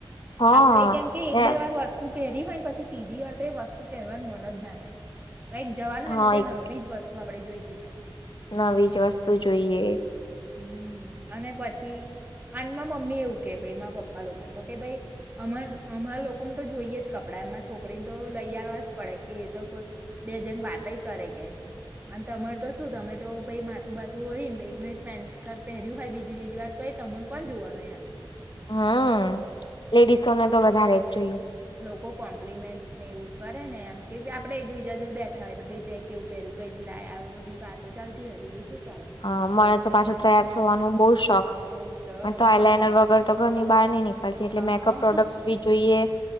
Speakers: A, on the left (about 65°); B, on the right (about 20°).
A: હા
B: આપડે કેમ કે
A: ને
B: એક બે વાર વસ્તુ પહેરી હોય પછી ત્રીજી વાર તો એ વસ્તુ પહેરવાનું મન જ ના થાય કઈક જવાનું હોય
A: હા
B: ને
A: એક
B: નવી જ વસ્તુ તો આપણે જોઈતી હોય.
A: નવી જ વસ્તુ જોઈએ.
B: હમ અને પછી આનમાં મમ્મ મમ્મી એવું કે ભરા પપ્પા લોકોને તો કે ભ અમારા લોકોને તો જોઈએ જ કપડા એમાં છોકરી તો લઈ આવવા જ પડે કે તો કોઈ બે જણ વાતય કરે કે અન તમાર તો શું તમે તો ભઈ માથું બાથું ઓળીન પેન્ટ-શર્ટ પહેર્યું હોઈ બીજી-ત્રીજી વાર તોય તમન કોણ જોવાનું એમ.
A: હન. લેડીસોને તો વધારે જ જોઈએ.
B: લોકો કોમ્પ્લિમેન્ટ ને એવું કરે ને એમ કે આપડે એકબીજા જોડ બેઠા હોય તો ભઈ તે કેવું પહેર્યું, કઈથી લાયા, આવુ બધી વાતો ચાલતી હોય બીજું શું છે.
A: હા, મને તો પાછો તૈયાર થવાનું બઉ શોખ.
B: બહુ શોખ
A: મન તો આઈલાઈનર વગર તો ઘરની બહાર નઈ નીકળતી. એટલે
B: આહા
A: મેકઅપ પ્રોડક્ટસ બી જોઈએ,